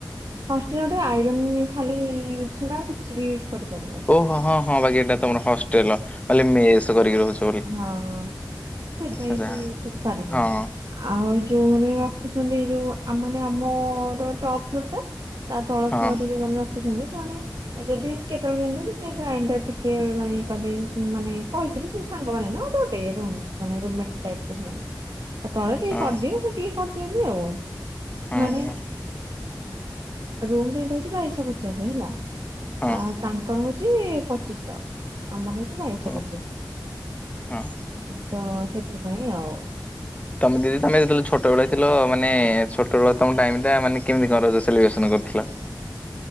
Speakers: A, on the right (about 60°); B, on the left (about 20°).
A: ହଷ୍ଟ ଗୋଟେ ଆଇରନ୍ ଖାଲି ୟୁଜ୍ ୁଡା କିଛି ବି ୟୁଜ୍ କରିପାରିବନ।
B: ଓହୋ ହଁ ହଁ ବାକି ଏଇଟା ତମର ହଷ୍ଟେଲ ମୁଁ ଭାବିଲି ମେସ୍ କରିକି ରହୁଛି।
A: ହଁ ସେଥିପାଇଁ
B: ଆଚ୍ଛା
A: କିଛି ୟୁଜ କରିପାରିବନି।
B: ହଁ
A: ଆଉ ଯୋଉ ମାନେ ରଖୁଛନ୍ତି ଯୋଉ ମାନେ ଆମର ଟପ୍ ଫ୍ଲୋର ଟା ତା ତଳ
B: ହଁ
A: ଫଟ ଯୋଉମାନେ ରଖୁଛନ୍ତି ସେମାନେ <unintelligible> ଆଉ ଯଦି କେତେବେଳଳେ କିଣିଥିଲି କି ଗ୍ରାଇଣ୍ଡର ଟିକେ ମାନେ କହିଦେଇ ମାନେ କହିଥିଲି <unintelligible> ସାଙ୍ଗ ମମାନେ ନା ଗୋଟେ ଗୋଟୋନ ସେ ଆଉ ତଳେ ଟିକେ
B: ହଁ
A: କରିଦିଅ <unintelligible> ଟିକେ କରିଦିଅନ୍ତି ଆଉ ସେ
B: ହଁ
A: ମାନେ ରୁମ ରେଟ ହଉଛି ବାଇଶହ ପଚାଶ ହେଲା
B: ହଁ
A: ଆ ତାଙ୍କର ହ ହଛି ପଚିଶଶହ ଆମର ହଉଛି ବାଇଶହ
B: ଓ
A: ପଚାଶ।
B: ହଁ।
A: ହଁ ତ ସେଥିପାଇଁ ଆଉ।
B: ତମେ ଦିଦି ତମେ ଯେତେବେଳେ ଛୋଟବେେ ଥିଲ ମାନେ ଛୋଟବେଳ ତମ ଟାଇମ ଟା ମାନେ କେମିତି କଣ ସେଲିବ୍ରେସନ କରିଥିଲ।